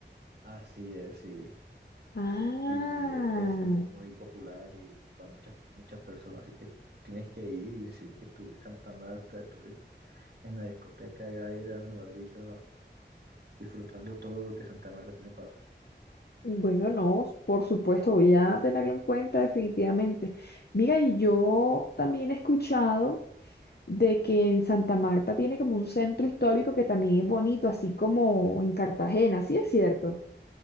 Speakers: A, on the right (about 60°); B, on the left (about 60°).
A: Así es, sí.
B: Ah,
A: y es mu- muy, popular y va muchas muchas personas, así que tú tienes que ir y decir que estuve en Santa Marta, estuve en la discoteca de Gaira, mejor dicho, disfrutando todo lo que Santa Marta tiene para dar.
B: bueno, no, por supuesto, voy a tenerlo en cuenta definitivamente. Mira, y yo también he escuchado de que en Santa Marta tiene como un centro histórico que también es bonito, así como en Cartagena, ¿sí es cierto?